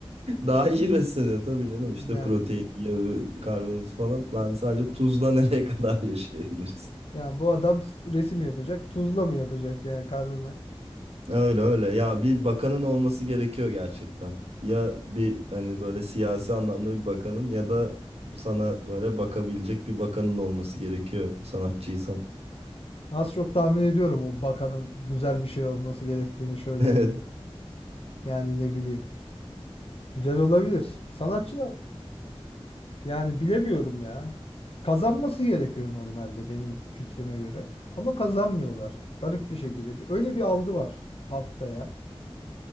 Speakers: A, on the right (about 80°); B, on the left (about 65°).
A: Daha iyi besleniyor tabii canım işte
B: Yani
A: protein, yağı, karbonhidrat falan. Ben sadece tuzla <laughs> nereye kadar yaşayabiliriz?
B: yani bu adam s- resim yapacak, tuzla mı yapacak yani karnını?
A: Öyle öyle ya bir bakanın olması gerekiyor gerçekten. Ya bir hani böyle siyasi anlamda bir bakanın ya da sana böyle bakabilecek bir bakanın olması gerekiyor sanatçıysan. <laughs>
B: Az çok tahmin ediyorum o bakanın güzel bir şey olması gerektiğini şöyle
A: Evet.
B: yani ne bileyim. Güzel olabilir. Sanatçılar yani bilemiyorum ya. Kazanması gerekiyor normalde benim fikrime göre. Ama kazanmıyorlar. Garip bir şekilde. Öyle bir algı var halkta ya.